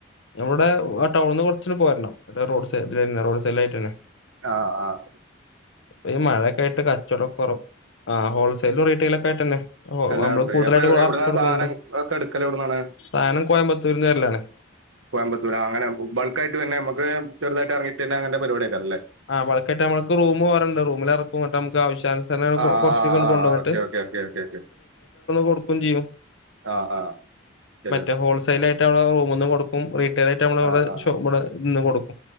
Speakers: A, on the left (about 70°); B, on the right (about 80°).
A: നമ്മുടെ ആ ടൗണ നിന്ന്റച്ച് പോരണം റോഡ് റോഡ് സൈഡില ആട്ട് തന്നെ
B: ആഹ് ആഹ്
A: പ്പ ഈ മഴയൊക്കെ ആയിട്ട് കച്ചവടംക്കെ കുറവ ആ ഹോൾസെയിലും റീറ്റെയിലൽ ഒക്കെ ആട്ട് തന്നെ
B: എല്ലാണ്ട്
A: നമ്മള് കൂടുതലായിട്ട്
B: അപ്പൊ എവിടുന്നാ
A: ഇറക്കി കൊടുക്കുന്നുണ്ട്
B: സാധനം ഒക്കെ എടുക്കലോ എവിടുന്നാണ്
A: സാധനം കോയമ്പത്തൂരിന്ന് വരലാണ്
B: കോയമ്പത്തൂരാ അങ്ങനെ ബൾക്ക് ആയിട്ട്തന്നെ നുക്ക് ചെറുതായിട്ട് ഇറങ്ങിട്ട്ന്നെ അങ്ങനെ പരിപാടി ആക്കാറല്ലേ
A: ആഹ്ളക്കട്ട നമ്മക്ക്റൂം പോറണ്ട് റമിലിറക്കട്ട നമുക്ക് ആവശ്യാനുസരങ്ങ
B: ആ
A: കുറച്ചൊക്ക
B: ആ ആ
A: കൊണ്ടുവന്നിട്ട്
B: <unintelligible>
A: കൊടുക്കയും ചെയ്യും
B: ആ ആ ശരി
A: മറ്റേ ഹോൾസെൽ ആയിട്ട് റൂമ ഒന്നും കൊടുക്കും റീട്ടെയ്ൽ ആയ്ട്ട് നമ്മള്
B: ആ
A: വടെ
B: ആ
A: ഷോ ഇവിടെന്ന് കൊടുക്കും